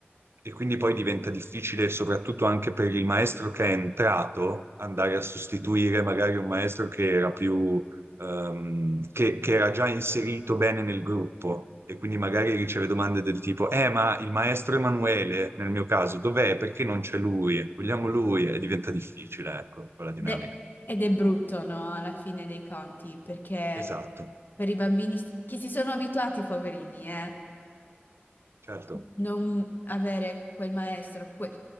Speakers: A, on the right (about 80°); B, on the left (about 50°).
A: e quindi poi diventa difficile soprattutto anche per il maestro che è entrato andare a sostituire magari un maestro che era più ehm, che, che era già inserito bene nel gruppo e quindi magari riceve domande del tipo, eh, ma il maestro Emanuele, nel mio caso, dov'è? Perché non c'è lui? Vogliamo lui? E diventa difficile, ecco, quella dinamica.
B: de- Ed è brutto, no? Alla fine dei conti, perché
A: Esatto,
B: per i bambini s- che si sono abituati, poverini, eh,
A: certo,
B: non avere quel maestro... que-